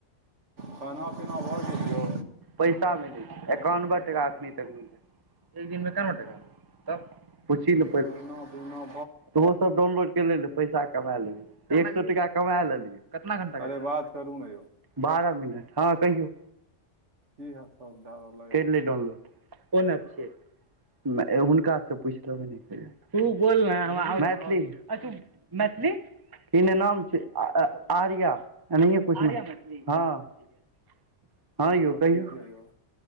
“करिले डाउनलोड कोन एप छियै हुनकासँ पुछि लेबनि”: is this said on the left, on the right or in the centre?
Right